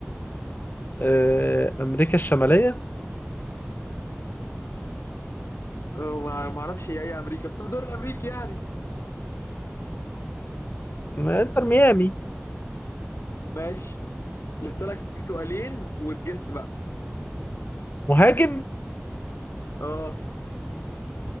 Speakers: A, on the left (about 45°); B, on the left (about 80°).
A: آه، امريكا الشماليه
B: آه، ما ما اعرفش اي امريكا بس في الدوري الامريكي يعني
A: ما انتر ميامي
B: ماشي لسه لك سؤالين وتجس بقى
A: مهاجم
B: اه